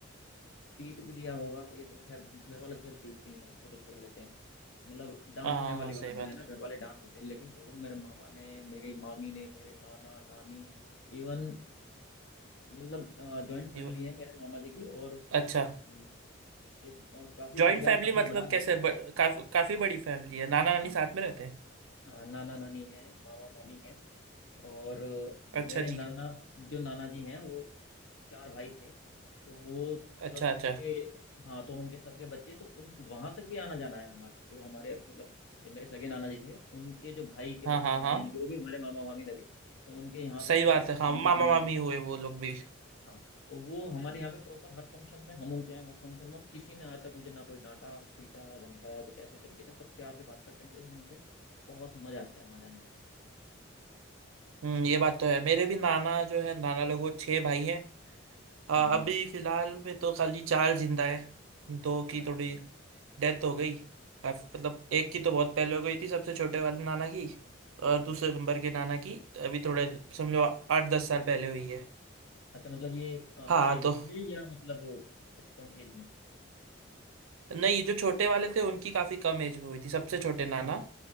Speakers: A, on the left (about 70°); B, on the right (about 80°).
A: पीट भी दिया होगा ये तो खैर घर वाले तो चलो पीटते ही हैं उसको तो छोड़ देते हैं मतलब डांटने
B: हाँ हाँ
A: वाली
B: हाँ सही
A: बात
B: बात
A: जो है ना
B: है
A: घर वाले डांट देते हैं लेकिन कभी मेरे मामा ने मेरी मामी ने मेरे नाना नानी इवन मतलब जॉइंट फैमिली
B: ये वो-
A: है मेरे मामा जी की और
B: अच्छा
A: हम्म, एक अ, काफी
B: जॉइंट
A: परिवार
B: फैमिली
A: काफी
B: मतलब
A: बड़ा
B: कैसे
A: है
B: ब, काफ, काफी बड़ी फैमिली है नाना
A: हाँ
B: नानी साथ में रहते हैं
A: हाँ नाना नानी है मामा मामी है और अ,
B: अच्छा
A: मेरे नाना
B: जी
A: जो नाना जी हैं वो चार भाई थे तो वो
B: अच्छा
A: सबके
B: अच्छा
A: हाँ तो उनके सबके बच्चे तो उन वहां तक भी आना जाना है हमारा जो हमारे मतलब जो मेरे सगे नाना जी थे उनके जो भाई के बच्चे
B: हाँ हाँ
A: हैं
B: हाँ
A: यानी कि वो भी हमारे मामा मामी लगे तो उनके यहाँ
B: सही
A: तक भी
B: बात
A: हमारा
B: है हाँ
A: आना
B: मामा
A: जाना
B: मामी
A: है
B: हुए वो लोग भी
A: हाँ और वो हमारे यहाँ पे प्रॉपर हर फंक्शन में हम उनके यहाँ हर फंक्शन में और किसी ने आज तक मुझे ना कोई डांटा पीटा धमकाया कुछ ऐसे तरीके से सब प्यार से बात करते हैं तो इसलिए मुझे बहुत मजा आता है वहाँ जाने में
B: हम्म ये बात तो है मेरे भी नाना जो है नाना लोग वो छह भाई हैं अ,
A: हम्म
B: अभी
A: हम्म
B: फिलहाल में तो खाली चार जिंदा है दो की
A: अच्छा
B: थोड़ी
A: हम्म
B: डेथ हो गई काफ- मतलब एक की तो बहुत पहले हो गई थी सबसे छोटे वाले नाना की और
A: हम्म
B: दूसरे नंबर के नाना की अभी थोड़े समझो आठ दस साल पहले हुई है
A: अच्छा मतलब ये एक
B: हाँ
A: एज
B: तो
A: थे या मतलब कुछ कम एज में
B: नहीं जो छोटे वाले थे उनकी काफी कम एज में हुई थी सबसे छोटे नाना